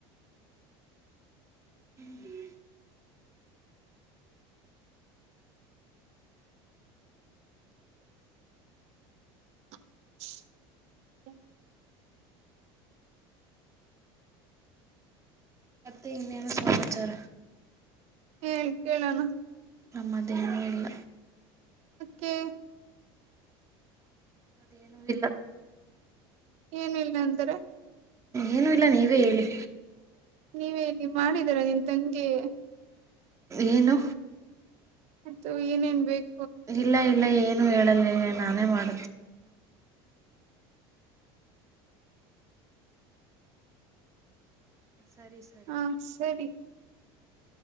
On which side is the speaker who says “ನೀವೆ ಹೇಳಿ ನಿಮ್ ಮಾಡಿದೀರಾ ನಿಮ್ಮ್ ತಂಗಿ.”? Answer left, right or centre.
Right